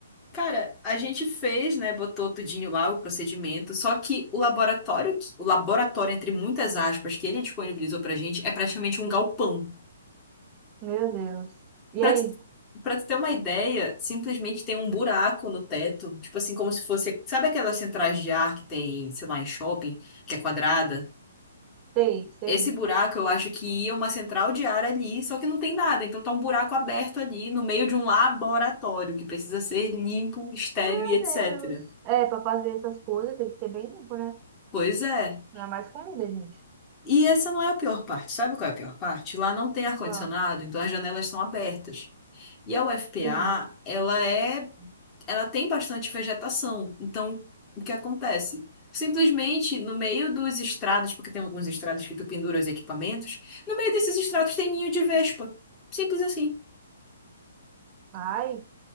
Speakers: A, on the left; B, on the right.
A: Cara, a gente fez, né? Botou tudinho lá o procedimento, só que o laboratório, que- o laboratório, entre muitas aspas, que ele disponibilizou pra gente, é praticamente um galpão.
B: Meu Deus. E
A: Pra
B: aí?
A: tu, pra tu ter uma ideia, simplesmente tem um buraco no teto, tipo assim, como se fosse. Sabe aquelas centrais de ar que tem, sei lá, em shopping, que é quadrada?
B: Sei, sei.
A: Esse buraco, eu acho que ia uma central de ar ali, só que não tem nada. Então tá um buraco aberto ali no meio de um laboratório que precisa ser limpo, estéril
B: Meu
A: e etc.
B: Deus. É, pra fazer essas coisas tem que ser bem limpo, né?
A: Pois é.
B: Não é mais comida, gente.
A: E essa não é a pior parte. Sabe qual é a pior parte? Lá não tem ar-condicionado,
B: Claro.
A: então as janelas são abertas. E a UFPA,
B: Sim.
A: ela é, ela tem bastante vegetação. Então, o que acontece? Simplesmente no meio dos estrados, porque tem alguns estrados que tu pendura os equipamentos, no meio desses estrados tem ninho de vespa. Simples assim.
B: Ai,